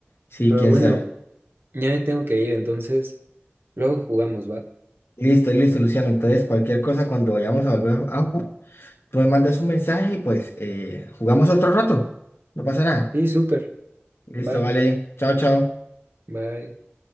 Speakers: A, on the left; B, on the right.
A: Sí,
B: Pero
A: quién
B: bueno,
A: sabe.
B: ya me tengo que ir, entonces luego jugamos, ¿va?
A: Listo, listo, Luciano. Entonces, cualquier cosa, cuando vayamos a volver a jugar, tú me mandas un mensaje y pues eh, jugamos otro rato. No pasa nada.
B: Sí, súper,
A: Listo,
B: va,
A: vale. Chao, chao.
B: va.